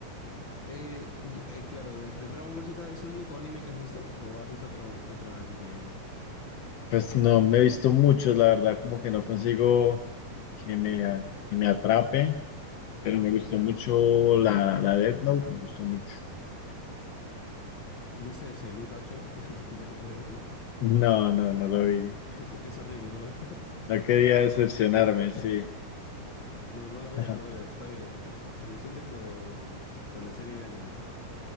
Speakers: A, on the left; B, on the left.
A: Eh, y- eh, claro, de, de Dragon Ball Z es el único anime que has visto o has visto otro, otro anime.
B: Pues no me he visto
A: Mm,
B: mucho, la verdad, como que no consigo que me, que me atrape, pero me gustó
A: Yo.
B: mucho la, la Death Note, me gustó mucho.
A: ¿Viste ese live action <laughs> de la Death, no?
B: No, no, no lo vi.
A: Es, es horrible, no lo <laughs> veas.
B: No quería decepcionarme, sí.
A: No, no lo veas,
B: <laughs>
A: no lo veas. Está bien. eh, Suficiente con, con la serie de anime.